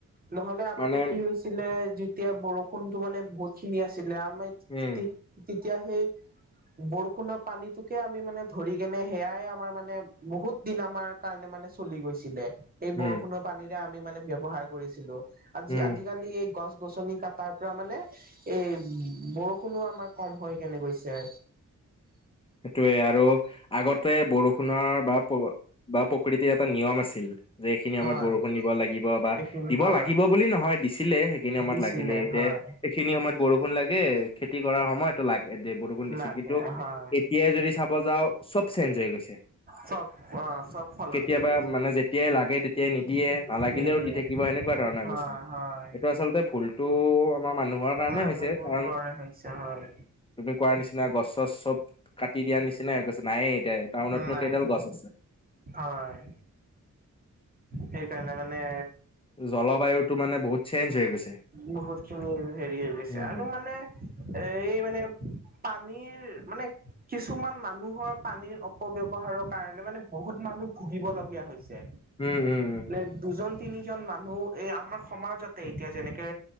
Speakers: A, on the right (about 30°); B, on the left (about 15°).
A: নহলে আগতে
B: মানে
A: কি হৈছিলে যেতিয়া বৰষুণতো মানে বহুত খিনি আছিল। <unintelligible>
B: উম,
A: তে-তেতিয়া সেই বৰ বৰষুণৰ পানীটোকে আমি মানে ধৰি কেনে, সেয়াই আমাৰ মানে, বহুত দিন আমাৰ কাৰণে মানে, চলি গৈছিলে। এই
B: উম,
A: বৰষুণৰ পানীৰে আমি মানে ব্যৱহাৰ কৰিছিলো আজি
B: উম।
A: আজিকালি এই গছ-গছনি কাটাৰ পৰা মানে, এই, বৰষুণো আমাৰ কম হয় কেনে গৈছে।
B: সেইটোৱেই আৰু আগতে বৰষুণৰ, বা প বা প্ৰকৃতিৰ এটা নিয়ম আছিল যে এইখিনি
A: হয়
B: সময়ত বৰষুণ দিব লাগিব বা
A: এইখিনি
B: দিব
A: হয়
B: লাগিব বুলি নহয় দিছিলে, সেইখিনি সময়ত
A: দিছিলে
B: লাগিলে, এতিয়া
A: হয়
B: সেইখিনি সময়ত বৰষুণ লাগ গে, খেতি কৰাৰ সময়ত লাগে, দে, বৰষুণ দিছিল।
A: লাগে
B: কিন্তু,
A: হয়
B: এতিয়াই যদি চাব যাওঁ, চব চেঞ্জ হৈ গৈছে।
A: চব অ চব সলনি
B: কেতিয়াবা
A: হৈ গৈছে।
B: মানে যেতিয়াই লাগে তেতিয়াই নিদিয়ে নালাগিলেও
A: নিদিয়ে
B: দি থাকিব সেনেকুৱা ধৰণৰ হৈ
A: হয়
B: গৈছে। সেইটো
A: হয়
B: আচলতে ভুলটো আমাৰ মানুহৰ কাৰণে
A: মানুহবোৰ
B: হৈছে, কাৰণ
A: লৰে হৈছে হয়।
B: তুমি কোৱাৰ নিচিনা, গছ-চছ চব কাটি দিয়াৰ নিচিনাই হৈ গৈছে, নায়েই এতিয়া টাউনতনো
A: নাই
B: কেইডাল গছ আছে?
A: হয় সেইকাৰণে, মানে
B: জলবায়ুটো মানে বহুত চেঞ্জ হৈ গৈছে।
A: বহুতখিনি, হেৰি হৈ গৈছে
B: উম
A: আৰু মানে, এই মানে পানীৰ, মানে কিছুমান মানুহৰ পানীৰ অপব্যৱহাৰৰ কাৰণে, মানে বহুত মানুহ খুব ভুগিব লগীয়া হৈছে। ছে,
B: উম উম
A: এই দুজন-তিনিজন মানুহ, এই আমাৰ সমাজতে এতিয়া যেনেকে